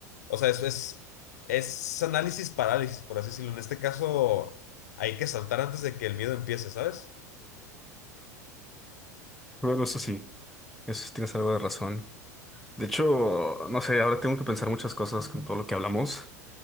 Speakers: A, on the left; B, in the centre.
A: O sea, es, es, es análisis parálisis, por así decirlo. En este caso, hay que saltar antes de que el miedo empiece, ¿sabes?
B: Bueno, eso sí, eso sí tienes algo de razón. De hecho, no sé, ahora tengo que pensar muchas cosas con todo lo que hablamos.